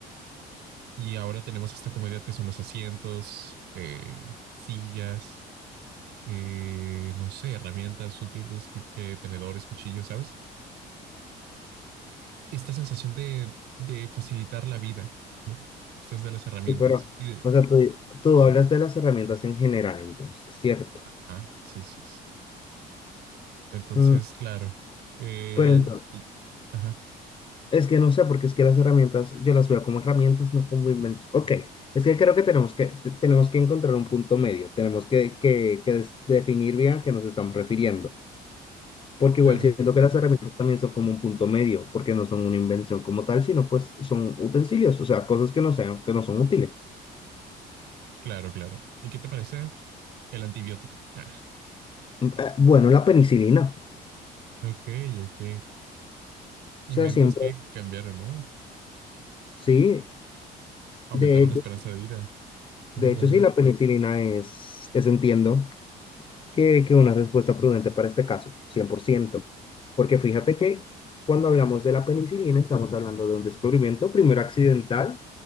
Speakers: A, on the right; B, on the left.
A: Y ahora tenemos esta comodidad que son los asientos, eh, sillas, eh, no sé, herramientas útiles, cu- eh, tenedores, cuchillos, ¿sabes? Esta sensación de, de facilitar la vida, ¿no? Esto es de las herramientas.
B: Sí, pero,
A: Y de...
B: o sea, tú, tú hablas de las herramientas en general, entonces, ¿cierto?
A: Ah, sí, sí, sí. Entonces,
B: Mm,
A: claro. El,
B: pero entonces,
A: el- ajá,
B: es que no sé, porque es que las herramientas, yo las veo como herramientas, no como invención. Ok, es que creo que tenemos que, te- tenemos que encontrar un punto medio, tenemos que, que, que des- definir bien a qué nos estamos refiriendo, porque
A: claro,
B: igual siento que las herramientas también son como un punto medio, porque no son una invención como tal, sino pues son utensilios, o sea, cosas que no sean, que no son útiles.
A: claro, claro. ¿Y qué te parece el antibiótico? <laughs>
B: Mm, eh, Bueno, la penicilina,
A: Ah, ok, ok.
B: o
A: Inventos
B: sea, siempre,
A: que cambiaron, ¿no?
B: sí.
A: Aumentaron
B: De hecho,
A: la esperanza de vida enormemente.
B: De hecho, sí, la penicilina es, es entiendo que, que una respuesta prudente para este caso, cien por ciento, Porque fíjate que cuando hablamos de la penicilina, estamos hablando de un descubrimiento primero accidental